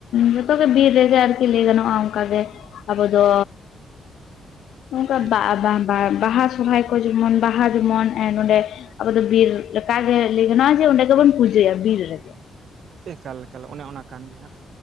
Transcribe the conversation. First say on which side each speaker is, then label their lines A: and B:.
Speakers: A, on the left; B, on the right.
A: ᱡᱚᱛᱚ ᱜᱮ ᱵᱤᱨ ᱨᱮᱜᱮ ᱟᱨᱠᱤ ᱞᱟᱹᱭ ᱜᱟᱱᱚᱜ-ᱟ ᱚᱱᱠᱟ ᱜᱮ᱾ ᱟᱵᱚ ᱫᱚ ᱱᱚᱝᱠᱟ
B: ᱮᱠᱟᱞ
A: ᱵᱟ ᱟᱯ ᱵᱟᱝ ᱵᱟ ᱵᱟᱦᱟ ᱥᱚᱨᱦᱟᱭ ᱠᱚ ᱡᱮᱢᱚᱱ ᱵᱟᱦᱟ ᱮᱸ ᱡᱮᱢᱚᱱ ᱱᱚᱸᱰᱮ ᱟᱵᱚ ᱫᱚ ᱵᱤᱨ ᱞᱮᱠᱟ ᱜᱮ ᱞᱟᱹᱭ ᱜᱟᱱᱚᱜ-ᱟ ᱡᱮ ᱚᱸᱰᱮ ᱜᱮᱵᱚᱱ ᱯᱩᱡᱟᱹᱭᱟ ᱵᱤᱨ ᱨᱮ᱾
B: ᱮᱠᱟᱞ ᱮᱠᱟᱞ ᱚᱱᱮ ᱚᱱᱟ ᱠᱟᱱ ᱜᱮᱭᱟ ᱦᱟᱸᱜ